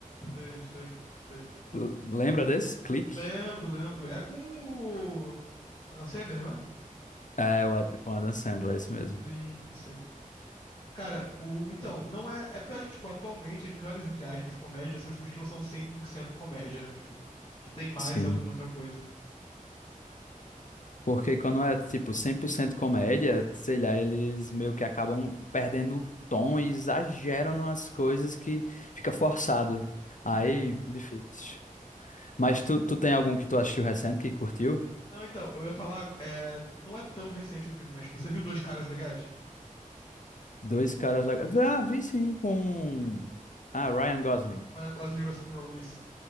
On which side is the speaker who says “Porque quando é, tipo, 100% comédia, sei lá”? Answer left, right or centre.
Left